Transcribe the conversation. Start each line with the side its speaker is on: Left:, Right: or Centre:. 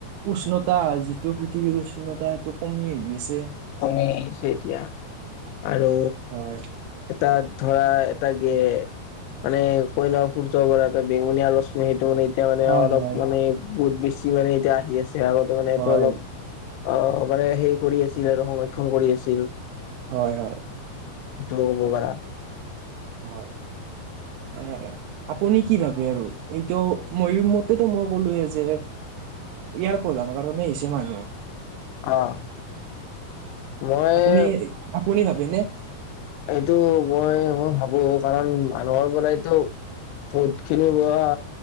Right: উষ্ণতা যিটো পৃথিৱীৰ উষ্ণতা সেইটো কমি আহি আছে।
Left: কমি আহিছে এতিয়া আৰু
Right: হয়
Left: তাত ধৰা এটা গে মানে কয়লা, সূৰ্য ব বেঙুনীয়া, আৰু ৰশ্মি, সেইটো মানে এতিয়া মানে
Right: হয়
Left: অলপ
Right: হয়
Left: মানে বহুত বেছি মানে এতিয়া আহি আছে। আগতে মানে
Right: হয়
Left: এইটো অলপ অ মানে হেৰি কৰি আছিল আৰু সংৰক্ষণ কৰি আছিল।
Right: হয় হয়।
Left: ত ক'ব পাৰা।
Right: হয়। এ আপুনি কি ভাবে আৰু এইটো মই মতেতো মই কলো যে ইয়াৰ প্ৰধান কাৰণেই হৈছে মানুহ।
Left: অ মই
Right: আপুনি আপুনি ভাবেনে?
Left: এইটো মই মই ভাবো কাৰণ মানুহৰ পৰাইটো বহুত খিনি বোৱা